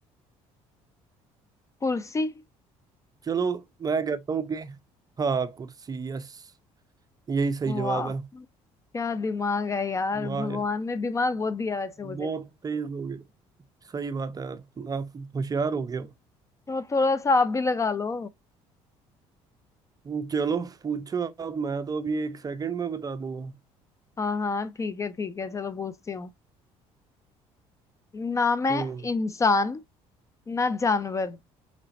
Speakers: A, on the left (about 25°); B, on the right (about 30°).
A: कुर्सी
B: चलो मैं कहता हूँ कि हाँ कुर्सी यस यही सही
A: वाह
B: जवाब है
A: क्या दिमाग है यार
B: वाह
A: भगवान
B: यार
A: ने दिमाग बहुत दिया वैसे मुझे
B: बहुत तेज हो गए सही बात है यार आप होशियार हो गए हो
A: तो थोड़ा सा आप भी लगा लो
B: हम्म, चलो पूछो आप मैं तो अभी एक सेकंड में बता दूंगा
A: हाँ हाँ ठीक है ठीक है चलो पूछती हूँ ना मैं
B: हम्म
A: इंसान ना जानवर